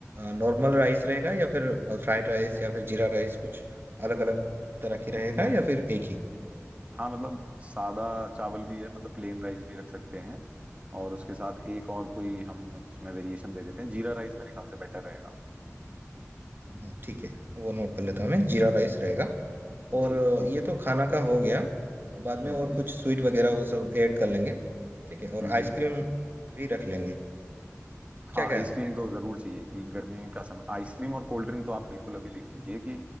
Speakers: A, on the right; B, on the right.
A: नॉर्मल राइस रहेगा या फिर फ्राइड राइस या फिर जीरा राइस कुछ अलग अलग तरह की रहेगा या फिर एक ही
B: हाँ मतलब सादा चावल भी है मतलब प्लेन राइस भी रख सकते हैं और उसके साथ एक और कोई हम उसमें वेरिएशन दे देते हैं जीरा राइस मेरे ख्याल से बेटर रहेगा
A: हाँ, ठीक है वो नोट
B: हम्म
A: कर लेता हूँ मैं जीरा राइस रहेगा और
B: जी
A: ये तो खाना का हो गया अब बाद में
B: हम्म
A: और
B: हम्म
A: कुछ स्वीट वगैरह वो सब ऐड कर लेंगे ठीक है और
B: हम्म हम्म।
A: आइसक्रीम भी रख लेंगे क्या
B: हाँ
A: ख्याल
B: आइसक्रीम
A: है
B: तो जरूर चाहिए क्योंकि गर्मी का समय आइसक्रीम और कोल्ड ड्रिंक तो आप बिल्कुल अभी लिख लीजिए कि